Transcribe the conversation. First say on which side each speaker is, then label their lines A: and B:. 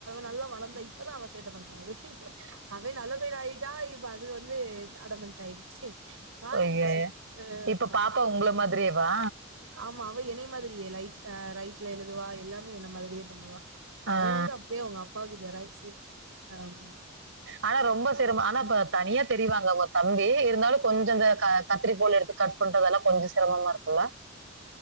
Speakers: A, on the right (about 75°); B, on the right (about 60°).
A: நல்லா வளர்ந்தா இப்பதா அவ சேட்டை பண்றா அவன் நல்ல பைய ஆயிட்டா இப்ப அது வந்து அடமெண்ட் ஆயிடுச்சு மாறிடுச்சு
B: ஒகே
A: ஆமா
B: இப்ப பாப்பா ஒங்கள மாதிரியேவா
A: ஆமா அவ என்னய மாதிரியே லைட்டா ரைட்ல எழுதுவா எல்லாமே என்ன மாதிரியே பண்ணுவா
B: ஆ ஆ
A: அவே வந்து அப்டியே அவுங்க அப்பாவுக்கு ஜெராக்ஸு ஆமா
B: ஆனா ரொம்ப சிரமம் ஆனா பா தனியா தெரிவாங்க அவுங்க தம்பி இருந்தாலு கொஞ்சோ அந்த க கத்ரி கோள் எடுத்து கட் பண்றதல்லா கொஞ்சோ சிரமமா இருக்கு சொ